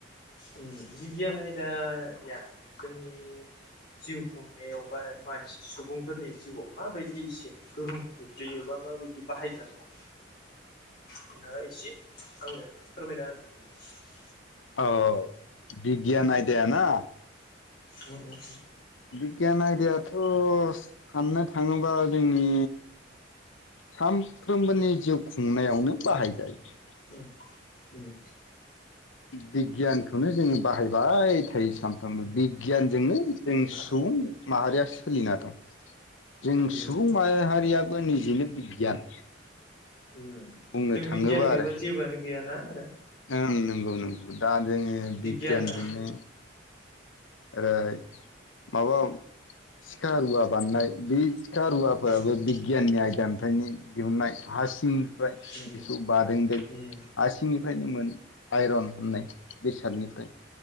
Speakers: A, on the left; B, on the left.
A: उम। बिगियान आयदाया। जोंनि। जिउ खुंनायाव बा मानसि सुबुंफोरनि जिउआव माबायदि एसे। गोहोम खोख्लैयोबा माबायदि बाहायजाथाव। होना एसे आंनो फोरमायना होनो हागोन?
B: औ औ बिगियान आयदायाना‌।
A: उम उम।
B: बिगियान आयदायाथ' साननो थाङोबा जोंनि सानफ्रोमबोनि जिउ। खुंनायावनो बाहायजायो।
A: उम उम।
B: बिगियानखौनो जोङो बाहायबाय थायो सानफ्रामबो बि गियानजोंनो जों
A: उम
B: सुबुं माहारिया। सोलिना दं। जों
A: उम
B: सुबुं
A: उम
B: माहाहारियाबो निजेनो। बिगियान।
A: उम उम
B: बुंनो
A: जों
B: थाङोबा
A: बिगियान गैयाबा
B: आरो
A: जेबोआनो गैयाना आरो
B: ओं नों गौ दा। जोङो
A: बिगियाना
B: बिगियानजोंनो। ओरै माबा सिखा रुवा बाननाय बे। सिखा रुवाफ्राबो
A: उम
B: बिगियाननि आ <unintelligible> दिहुननाय हासिंनिफ्राय
A: उम
B: बेखौ
A: उम
B: बादोंदों
A: उम उम
B: हासिंनिफ्रायनो मोन आइरन होननाय बेसादनिफ्राय